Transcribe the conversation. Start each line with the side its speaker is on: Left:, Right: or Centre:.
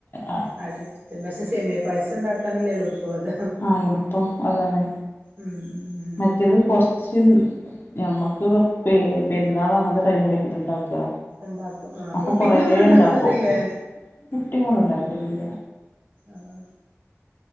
Left: ആ
Right: അതെ പക്ഷെ സെമിയ പയസ ഉണ്ടാക്കാനല്ലേ എളുപ്പം അത്
Left: ആഹ് എളുപ്പ അതണ്
Right: ഉം ഉം
Left: മ റ്റത് കുറച്ച് ഞമ്മക്ക് പെരുന്നാൾ അങ്ങനത്തെ ടൈമിലക്കെ ഉണ്ടാക്കും
Right: ഉണ്ടാക്കും ആഹ്
Left: അതഅപ്പൾ
Right: പുഡിങ്ങൊന്നും
Left: കുറേ
Right: ഉണ്ടാക്കാറില്ലേ
Left: ഉണ്ടാക്കും ഫുട്ടിങ്ങ ഒന്നും ഉണ്ടാക്കലില്ല
Right: ആഹ്